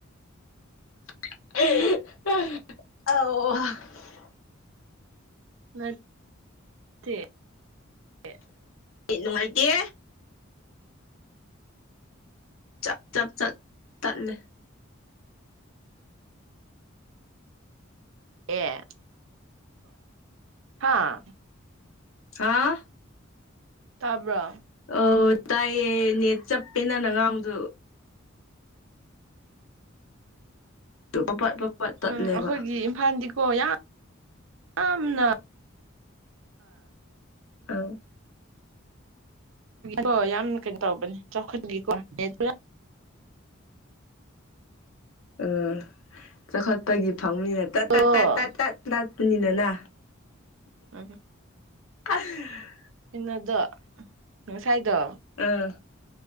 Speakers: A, on the left; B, on the right.
A: ꯑ <unintelligible>
B: ꯃꯠꯇ ꯍꯥ
A: ꯅꯨꯡꯉꯥꯏꯇꯦ ꯆꯞ ꯆꯞ ꯆꯠ ꯇꯠꯂꯦ
B: ꯑꯦ ꯍꯥꯥ
A: ꯍꯥꯥ
B: ꯇꯥꯕ꯭ꯔꯥ
A: ꯑ ꯇꯥꯏꯌꯦ ꯅꯦꯠ ꯆꯞꯄꯦ ꯅꯪꯅ ꯉꯥꯡꯚꯗꯨ <inaudible> ꯇꯠꯂꯦꯕ
B: ꯎꯝ ꯑꯩꯈꯣꯏꯒꯤ ꯏꯝꯐꯥꯜꯗꯤ ꯍꯣ ꯌꯥ ꯑꯝ ꯅ
A: ꯑꯥꯎ
B: ꯍ ꯌꯥꯝ ꯀꯩꯅꯣ ꯇꯧꯕꯅꯦ ꯆꯥꯎꯈꯠꯈꯤꯀꯣ ꯄꯨ
A: ꯎꯝ ꯆꯈ ꯀꯣꯏꯒꯤ ꯐꯪꯅꯤꯅ ꯇꯠ ꯇꯠ
B: ꯎꯝ
A: ꯇꯠ ꯇꯠ ꯇꯠ ꯇꯠꯄꯅꯤꯅꯅ
B: ꯎꯝ
A: ꯑ
B: ꯏꯟꯅꯗꯣ ꯉꯅꯨꯡꯁꯥꯏꯗꯣ
A: ꯑꯥ